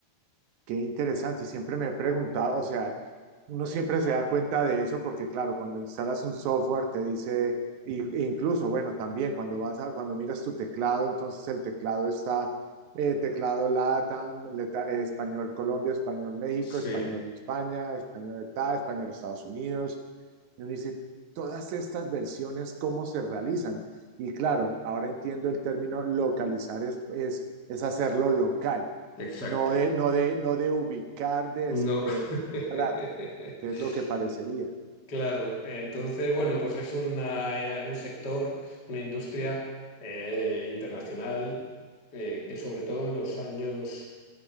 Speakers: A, on the right; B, on the left.
A: Qué interesante, siempre me he preguntado, o sea, uno siempre se da cuenta de eso porque claro, cuando instalas un software te dice, y- e incluso, bueno, también cuando vas a, cuando miras tu teclado, entonces el teclado está, eh, teclado LATAM, leta- eh, español Colombia, español México,
B: Sí,
A: español España, español de tal español Estados Unidos. Y uno dice, todas estas versiones, ¿cómo se realizan? Y claro, ahora entiendo el término localizar es, es, es hacerlo local
B: exacto.
A: no de, no de, no de ubicar, de,
B: No.
A: es- de comprar
B: <laughs>
A: que es lo que parecería.
B: Claro, entonces, bueno, pues es una, eh, un sector, una industria eh, internacional eh, que sobre todo en los años,